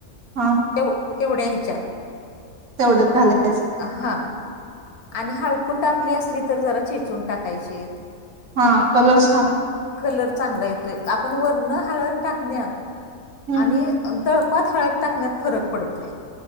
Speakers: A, on the right (about 70°); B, on the left (about 75°).
A: हा.
B: एव एवढ्या ह्याच्यात.
A: तेवढंच घालायच.
B: हा आणि हळकुंड आपली असली तर जरा चिचून टाकायचित.
A: हा कलर छान असं
B: कलर चांगला येतोय आपण वरण हळद टाकण्यात
A: हम्म
B: आणि दळ पात हळद टाकण्यात फरक पडतोय.